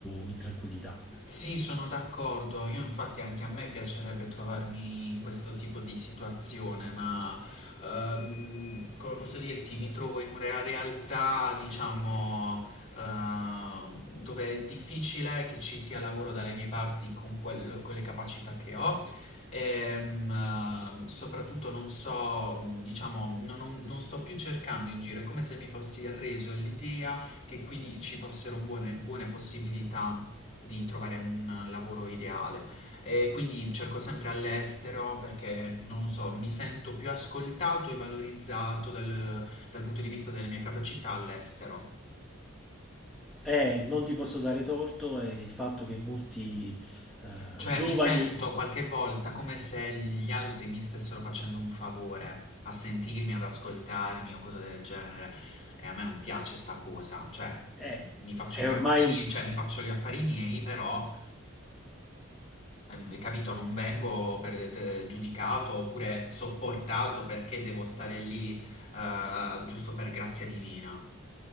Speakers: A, in the centre; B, on the left.
A: in tranquillità.
B: Sì, sono d'accordo. Io infatti anche a me piacerebbe trovarmi in questo tipo di situazione, ma ehm, come posso dirti, mi trovo in una realtà, diciamo, ehm, dove è difficile che ci sia lavoro dalle mie parti con, quel- con le capacità che ho. E, mm, ehm, soprattutto non so, mm, diciamo, non, non- non sto più cercando in giro, è come se mi fossi arreso all'idea che qui di- ci fossero buone buone possibilità di trovare un lavoro ideale e quindi cerco sempre all'estero perché non so, mi sento più ascoltato e valorizzato dal, dal punto di vista delle mie capacità all'estero.
A: Eh, non ti posso dare torto, è il fatto che molti eh,
B: Cioè
A: giovani
B: mi sento qualche volta come se gli altri mi stessero facendo un favore a sentirmi, ad ascoltarmi o cose del genere e a me non piace sta cosa, cioè
A: eh,
B: mi faccio
A: è
B: i cazzini,
A: ormai un
B: cioè mi faccio gli affari miei, però Eh, Capito, non vengo per- te- giudicato oppure sopportato perché devo stare lì eh, giusto per grazia divina.